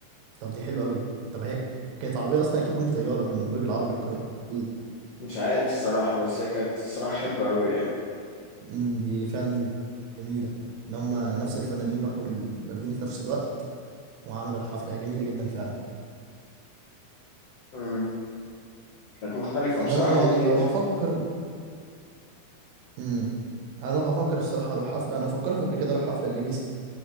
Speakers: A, on the right; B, on the left.
A: طب دي حلوة قوي طب هي كانت عربية اصلا اكيد جم بطيارة من برج العرب للقاهرة اكيد
B: مش عارف الصراحة بس هي كانت الصراحة حلوة أوي يعني
A: أمم، دي فعلا جميلة ان هم نفس الفنانين راحوا البلدين في نفس الوقت وعملوا الحفلة هي جميلة جدا فعلا
B: امم كانت مختلفة
A: انا
B: بصراحة
A: يعني
B: وجديدة
A: لو هفكر امم انا لو هفكر الصراحة اروح حفلة انا فكرت قبل كده اروح حفلة ليجاسي